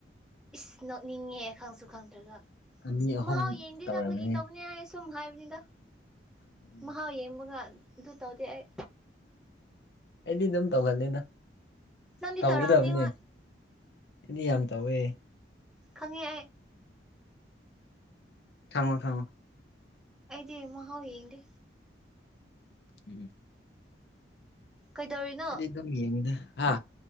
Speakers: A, in the centre; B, on the left (about 65°).
A: ꯏꯁ ꯅꯣꯛꯅꯤꯡꯉꯦ ꯈꯪꯁꯨ ꯈꯪꯗ꯭ꯔꯒ
B: ꯑꯅꯤ ꯑꯍꯨꯝ
A: ꯃꯍꯥꯎ ꯌꯦꯡꯗꯦꯗ
B: ꯇꯧꯔꯝꯃꯅꯤ
A: ꯐꯥꯒꯤ ꯇꯧꯕꯅꯤ ꯍꯥꯏꯌꯦ ꯁꯨꯝ ꯍꯥꯏꯕꯅꯤꯗ
B: ꯎꯝ
A: ꯃꯍꯥꯎ ꯌꯦꯡꯕꯒ ꯑꯗꯨ ꯇꯧꯗꯦ ꯑꯩ
B: ꯑꯩꯗꯤ ꯗꯨꯝ ꯇꯧꯒꯜꯂꯦꯗ
A: ꯅꯪꯗꯤ
B: ꯇꯧꯒꯗꯕꯅꯦ
A: ꯇꯧꯔꯝꯅꯤ ꯍꯣꯏ
B: ꯑꯩꯗꯤ ꯌꯥꯝ ꯇꯧꯋꯦ
A: ꯈꯪꯉꯦ ꯑꯩ
B: ꯈꯪꯉꯣ ꯈꯪꯉꯣ
A: ꯑꯩꯗꯤ ꯃꯍꯥꯎ ꯌꯦꯡꯗꯦ
B: ꯎꯝ ꯎꯝ
A: ꯀꯩꯗꯧꯔꯤꯅꯣ
B: ꯗꯨꯝ ꯌꯦꯉꯤꯗ ꯍꯥ